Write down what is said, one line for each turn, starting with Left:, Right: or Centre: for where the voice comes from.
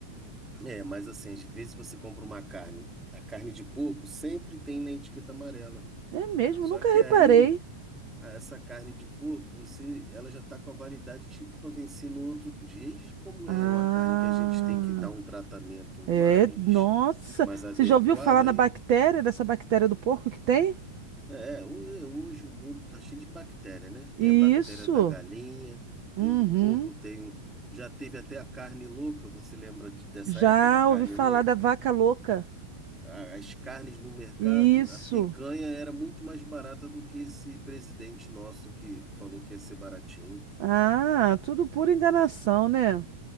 Centre: É, mas assim, às vezes você compra uma carne, a carne de porco sempre tem na etiqueta amarela.
Right: É mesmo,
Centre: Só
Right: nunca
Centre: que
Right: reparei.
Centre: aí Ah, essa carne de porco, você, ela já está com a validade tipo para vencer no outro dia. E como
Right: Ah,
Centre: é uma carne que a gente tem que dar um tratamento
Right: é.
Centre: mais,
Right: Nossa,
Centre: mais adequado,
Right: você já ouviu falar
Centre: aí
Right: na bactéria, dessa bactéria do porco que tem?
Centre: é, ho- hoje o mundo tá cheio de bactéria, né?
Right: Isso.
Centre: Tem a bactéria da galinha, tem
Right: Uhum.
Centre: do porco, tem já teve até a carne louca. Você lembra de- dessa
Right: Já
Centre: época da carne
Right: ouvi falar
Centre: louca?
Right: da vaca louca.
Centre: A- As carnes no mercado,
Right: Isso.
Centre: a picanha era muito mais barata do que esse presidente nosso que falou que ia ser baratinho.
Right: Ah, tudo pura enganação, né?